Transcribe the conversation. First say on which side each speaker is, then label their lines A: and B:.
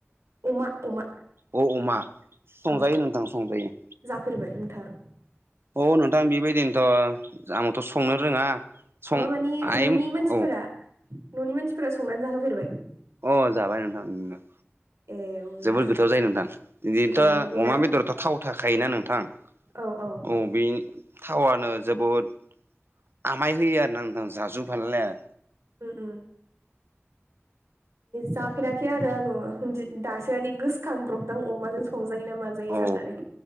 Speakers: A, on the right; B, on the right.
A: अमा अमा।
B: अ अमा संजायो
A: औ
B: नोंथां संजायो।
A: जाफेरबाय नोंथाङा।
B: औ नोंथां बेबायदिनोथ' आंङोथ' संनो रोङा सं
A: नङा मानि
B: आय
A: न'नि मानसिफोरा
B: औ
A: न'नि मानसिफोरा संनानै जाहोफेरबाय
B: अह जाबाय नोंथां
A: ए। अब्ला
B: जोबोद गोथाव जायो नोंथां दिनोथ'
A: ए नंगौना
B: अमा बेदरथ' थाव थाखायोना नोंथां।
A: औ औ
B: अ बे थावानो जोबोद आमाय होयो आर ना नोंथां जाजुफाललाया
A: उम जाफेराखै आरो आंङो दासो मान गोसोखांब्रबदां अमाजों संजायो नामा? जायो
B: औ
A: साननानै